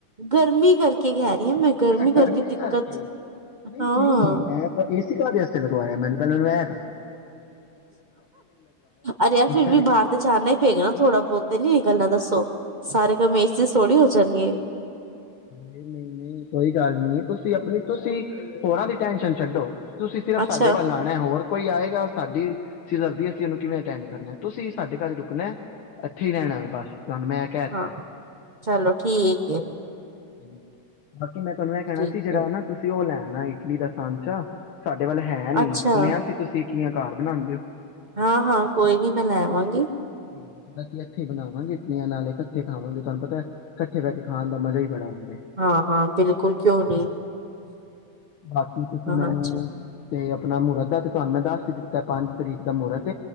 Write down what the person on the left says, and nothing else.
ਅੱਛਾ ਗਰਮੀ
ਕਰਕੇ ਨਹੀਂ
ਨਹੀਂ ਮੈਂ ਏਸੀ ਕ ਵਾਸਤੇ ਲਗਵਾਇਆ ਮੈਨੂੰ ਮੈਂ
ਮੈਂ
ਨਹੀਂ ਨਹੀਂ ਕੋਈ ਗੱਲ ਨੀ ਤੁਸੀਂ ਆਪਣੀ ਤੁਸੀਂ ਹੋਰਾਂ ਦੀ ਟੈਨਸ਼ਨ ਛੱਡੋ ਤੁਸੀਂ ਸਿਰਫ
ਸਾਡੇ ਵੱਲ ਆਾਉਣਾ ਹੋਰ ਕੋਈ ਆਏਗਾ ਸਾਡੀ ਅ ਦਦੀ ਅਸੀਂ ਉਹਨੂੰ ਕਿਵੇਂ ਅਟੈਂਡ ਕਰਨਾ ਤੁਸੀਂ ਸਾਡੇ ਘਰ ਰੁਕਣਾ ਇੱਥੇ ਹੀ ਰਹਿਣਾ ਵੇ ਬਸ ਤੁਹਾਨੂੰ ਮੈਂ ਕਹਿਥ
ਹਮ ਬਾਕੀ ਮੈਂ ਤੁਹਾਨੂੰ ਇਹ ਕਹਿਣਾ
ਸੀ ਜਿਹੜਾ
ਨਾ ਤੁਸੀ ਉਹ ਲੈਣ ਨਾ ਇਟਲੀ ਦਾ ਸਾਂਚਾ ਤੁਹਾਡੇ ਵੱਲ ਹੈ ਨੀ
ਸੁਣਿਆ ਸੀ ਤੁਸੀਂ ਕੀਆਂ ਘਰ ਬਣਾਉਂਦੇ ਹੋ
ਹਾਂ ਅਸੀਂ ਹੱਥੇ ਬਣਾਵਾਂਗੇਟੀਆਂ ਨਾਲ ਇਕ ਇਕੱਠੇ ਖਾਾਂਗੇ ਤੁਹਾਨੂੰ ਪਤਾ ਇਕੱਠੇ ਬਹਿ ਕੇ ਖਣ ਦਾ ਮਾਜਾ ਹੀ ਬੜਾਗਾ
ਬਾਕੀ ਤੁਸੀਂ
ਮੈਨੂੰ
ਤੇ ਆਪਣਾ ਮਹਰਾਤ ਦਾ ਤੇ ਤੁਹਾਨੂੰ ਮੈਂ ਦੱਸ ਹੀ ਦਿੱਤਾ ਪੰਜ ਤਰੀਕ ਦਾ ਮਹੂਰਤ